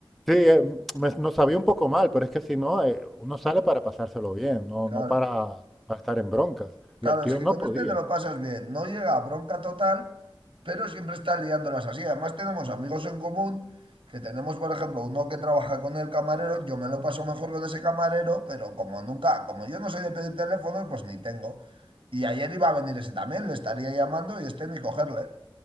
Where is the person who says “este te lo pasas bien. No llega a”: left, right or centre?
Right